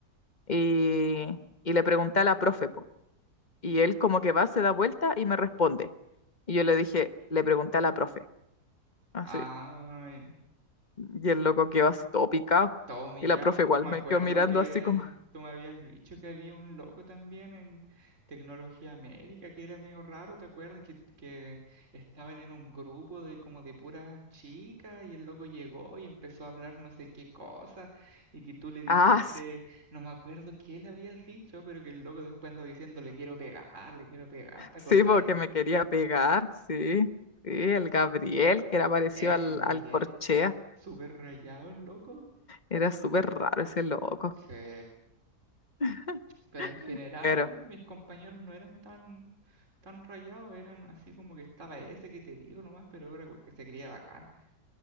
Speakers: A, on the left; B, on the right.
A: y, y le pregunté a la profe, po. Y él como que va, se da vuelta y me responde. Y yo le dije, le pregunté a la profe, así.
B: ay.
A: Y el loco quedó así todo picado.
B: todo humillado.
A: Y la profe igual
B: Me
A: me
B: acuerdo
A: quedó mirando
B: que
A: así como,
B: tú me habías dicho que había un loco también en tecnología médica que era medio raro, ¿te acuerdas? Que, que estaban en un grupo de como de puras chicas y el loco llegó y empezó a hablar no sé qué cosa y que tú le dijiste,
A: <laughs> ah, sí,
B: no me acuerdo qué le habías dicho, pero que el loco después andó diciendo, le quiero pegar, le quiero pegar, ¿te
A: sí,
B: acordás?
A: porque me quería pegar, sí. Sí, el Gabriel, que era parecido
B: Eso,
A: al,
B: Gabriel.
A: al Corchea.
B: Súper rayado el loco.
A: Era súper raro ese loco.
B: Sí.
A: <laughs>
B: Pero en general
A: Pero,
B: mis compañeros no eran tan, tan rayados, eran así como que estaba ese que te digo nomás, pero era que se creía bacán.